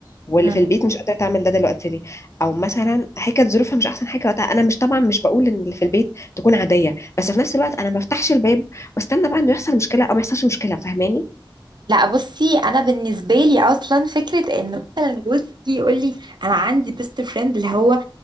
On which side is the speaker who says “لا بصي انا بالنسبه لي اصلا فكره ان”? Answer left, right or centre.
Right